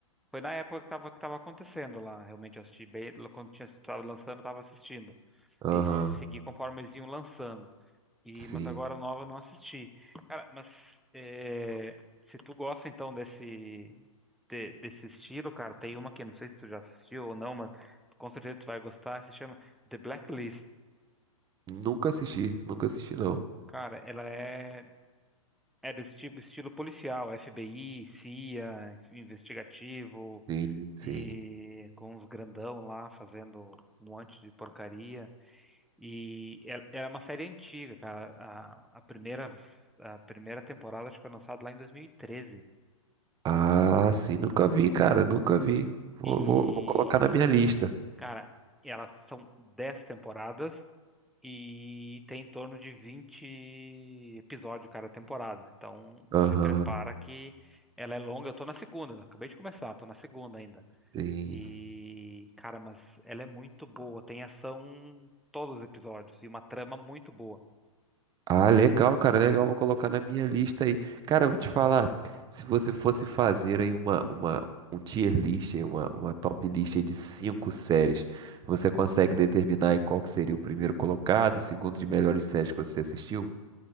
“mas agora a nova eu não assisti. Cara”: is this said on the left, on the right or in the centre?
Centre